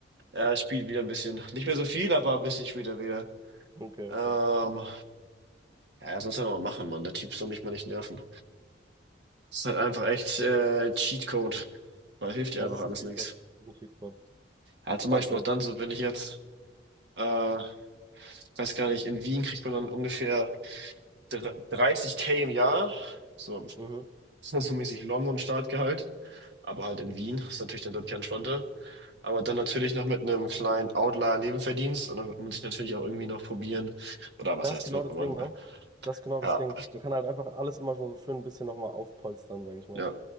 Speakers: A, on the right; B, on the right.
A: Er spielt wieder ein bisschen. Nicht mehr so viel, aber ein bisschen spielt er wieder.
B: Okay,
A: Ähm,
B: okay.
A: ja, das muss er noch machen, Mann. Der Typ soll mich mal nicht nerven. Das ist halt einfach echt äh, Cheatcode. Da hilft ja
B: Es
A: einfach
B: ist
A: alles
B: ein Cheat
A: nichts.
B: Code. ein Cheat Code.
A: Ja, zum
B: Gerade
A: Beispiel
B: so.
A: auch dann so, wenn ich jetzt, äh, weiß gar nicht, in Wien kriegt man dann ungefähr dr- 30k im Jahr. So,
B: Mhm.
A: das ist so mäßig London-Startgehalt. Aber halt in Wien ist natürlich dann deutlich entspannter. Aber
B: Ja.
A: dann natürlich noch mit einem kleinen Outlier-Nebenverdienst. Und dann wird man sich natürlich auch irgendwie noch probieren. Oder was
B: Das
A: heißt,
B: ist genau
A: wird
B: das
A: man.
B: Ding, ne? Das ist genau das
A: Ja,
B: Ding. Man kann halt einfach alles immer schon so schön ein bisschen nochmal aufpolstern, sage ich mal.
A: Ja,